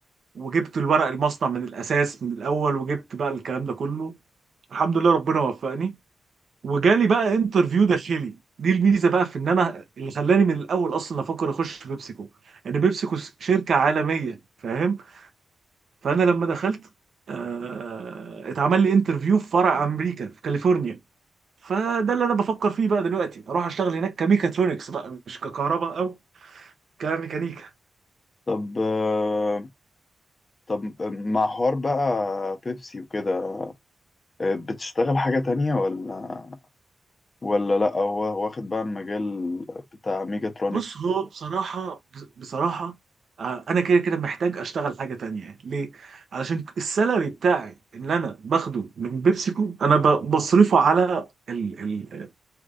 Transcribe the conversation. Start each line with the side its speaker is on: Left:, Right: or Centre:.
Right: وجبت الورق المصنع من الأساس من الأول وجبت بقى الكلام ده كله الحمد لله ربنا وفقني وجالي بقى انترفيو داخلي دي الميزة بقى في إن أنا اللي خلاني من الأول أصلا أفكر أخش في بيبسيكو إن بيبسيكو شركة عالمية فاهم فانا لما دخلت آه، اتعمل لي انترفيو في فرع امريكا في كاليفورنيا فده اللي انا بفكر فيه بقى دلوقتي اروح اشتغل هناك كميكاترونكس بقى مش ككهرباء او كميكانيكا
Left: طب آه، طب مع حوار بقى بيبسي وكده آه، بتشتغل حاجة تانية ولا ولا لأ هو واخد بقى المجال بتاع ميجاترونكس
Right: بص هو بصراحة بصراحة آه، انا كده كده محتاج اشتغل حاجة تانية ليه علشان السالري بتاعي اللي انا باخده من بيبسيكو انا ب- بصرفه على ال ال